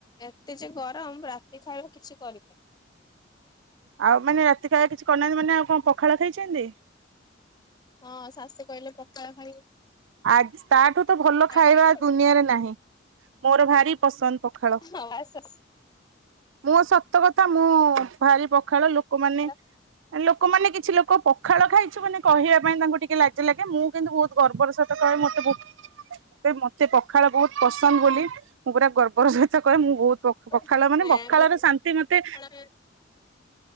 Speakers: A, on the left (about 20°); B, on the right (about 85°).
A: ଏତେ ଯେ ଗରମ ରାତି ଖାଇବା କିଛି କରିବେ।
B: ଆଉ ମାନେ ରାତି ଖ କିଛି କରିନାହାନ୍ତି ମାନେ ଆଉ କଣ ପଖାଳ ଖାଇକ। ଛନ୍ତି।
A: ହଁ ଶାଷ କହିଲେ ପଖାଳ ଖାଇ।
B: ଆ ତାଠୁ ତ ଭଲ ଖାଇବା
A: ଖାଇଲେ
B: ଦୁନିଆରେ ନାହିଁ ମୋର ଭାରି ପସନ୍ଦ ପଖାଳ।
A: ଆଉ ଆସ
B: ମୋ ସତ କଥା ମୁଁ ଭାରି ପଖାଳ ଲୋକମାନେ
A: ପଖାଳ
B: ଲୋକମାନେ କିଛି ଲୋକ ପଖାଳ ଖାଇଛୁ ମାନେ କହିବା ପାଇଁ ତାଙ୍କୁ ଟିକେ ଲାଜ ଲାଗେ ମୁଁ କିନ୍ତୁ ବହୁତ ଗର୍ବର, ସ କହେ ମତେ ବ ମତେ ପଖାଳ ବହୁତ ପସନ୍ଦ ବୋଲି ମୁଁ ପୁରା ଗର୍ବ। ଅପର ସହିତ କରେ ମୁଁ ବହୁତ ପଖାଳ
A: କିଛି
B: ମାନେ
A: ନାଇଁ
B: ପଖାଳର
A: ଆମେ
B: ଶାନ୍ତି ମତେ
A: ପଖାଳ